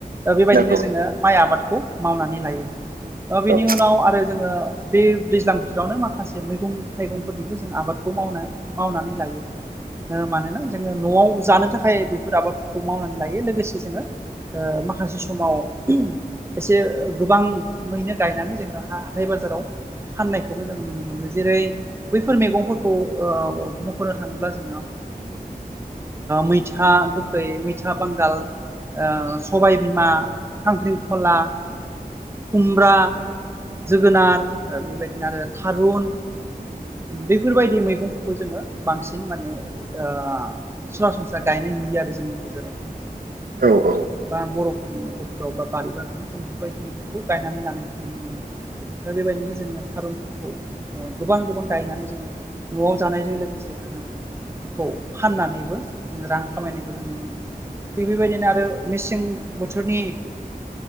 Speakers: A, on the right; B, on the right.
A: दा बेबायदिनो
B: नंगौ
A: जोङो माइ आबादखौ मावनानै लायो बिनि
B: औ
A: उनाव आरो जोङो बे दैज्लां बोथोरावनो माखासे मैगं थाइगंफोरनिबो जों आबादखौ मावना मावनानै लायो मानोना जोङो न'आव जानो थाखाय बेफोर आबादफोरखौ मावनानै लायो लोगोसे जोङो माखासे समाव एसे गोबाङैनो गायनानै जोङो हा हाथाय बाजाराव फाननायखौबो जोङो नुनो मोनो जेरै बैफोर मैगंफोरखौ मख'नो थाङोब्ला जोङो मैथा गोखै मैथा बांगाल सबायबिमा खांख्रिंखला खुमब्रा जोगोनार बेबायदिनो आरो थारुन बेफोरबायदि मैगंफोरखौ जोङो बांसिन माने सरासनस्रा गायनाय नुयो आरो जोंनि गेजेराव
B: औ औ
A: बा बर'फोरनि न'खरफोराव बा बारि बागानाव जों बेफोरबायदि मैगंखौ गायनानै लानो नुनो मोनो दा बेबायदिनो जोङो थारुनफोरखौ गोबां गोबां गायनानै जोङो न'आव जानायजों लोगोसे जोङो बेखौ फाननानैबो जोङो रां खामायनायखौ जों नुनो मोनो थिग बेबायदिनो आरो मेसें बोथोरनि